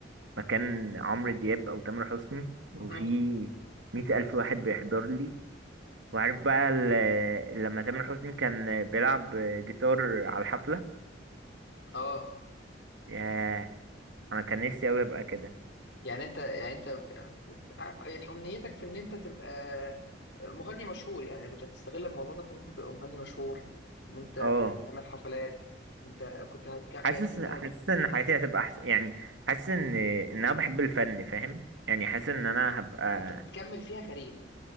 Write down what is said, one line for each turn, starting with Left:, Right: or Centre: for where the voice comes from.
Right: مكان عمرو دياب او تامر حسني وفي
Left: <laughs>
Right: مئة الف واحد بيحضر لي وعارف بقى ال- لما تامر حسني كان بيلعب جيتار على الحفلة
Left: اه
Right: ياه انا كان نفسي اوي ابقى كده
Left: يعني انت يعني انت اه، يعني امنيتك في ان انت تبقى مغني مشهور يعني كنت هتستغل الموضوع ده في ان انت تبقى مغني مشهور ان انت
Right: اه
Left: تعمل حفلات انت كنت هتك...
Right: حاسس
Left: يعني كنت
Right: حاسس
Left: هت...
Right: ان حياتي هتبقى احسن يعني حاسس ان ان انا بحب الفن فاهم يعني حاسس ان انا هبقى اه
Left: كنت هتكمل فيها كارير